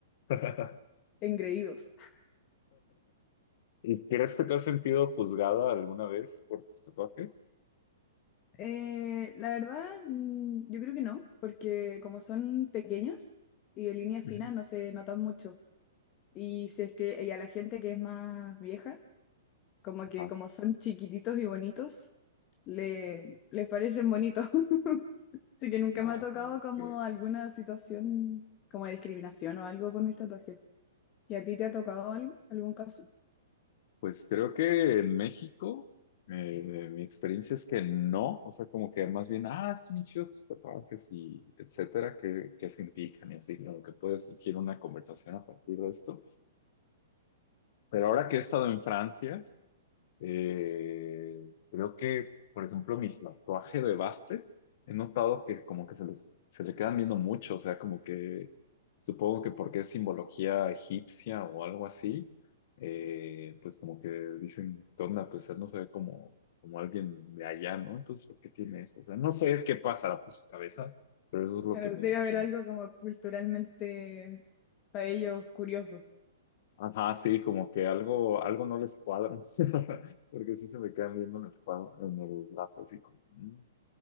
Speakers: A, on the left; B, on the left.
A: <laughs>
B: Engreídos. <laughs>
A: ¿Y crees que te has sentido juzgada alguna vez por tus tatuajes?
B: Eh, la verdad, mm, yo creo que no, porque como son pequeños y de línea fina,
A: Ujú.
B: no se notan mucho. Y si es que, y a la gente que es más vieja, como que
A: Ajá.
B: como son chiquititos y bonitos, le, les parecen bonitos. <laughs> Así que nunca
A: Ah,
B: me ha tocado
A: ok.
B: como alguna situación como de discriminación o algo por mis tatuajes. ¿Y a ti te ha tocado algo, algún caso?
A: Pues creo que en México, eh, mi experiencia es que no, o sea, como que más bien, ah, sí, bien chidos tus tatuajes y etcétera, qué, qué significan y así, como que puede surgir una conversación a partir de esto. Pero ahora que he estado en Francia, eh, creo que, por ejemplo, mi tatuaje de Baste, he notado que como que se les, se le quedan viendo mucho, o sea, como que Supongo que porque es simbología egipcia o algo así, eh, pues como que dicen, ¿qué onda? Pues él no se ve como, como alguien de allá, ¿no? Entonces, ¿por qué tiene eso? O sea, no sé qué pasará por su cabeza, pero eso es lo
B: Claro,
A: que me
B: debe
A: imagino.
B: haber algo como culturalmente para ellos curioso.
A: Ajá, sí, como que algo, algo no les cuadra, <laughs> porque sí se me quedan viendo en el, cuadro- en el brazo, así como, mm,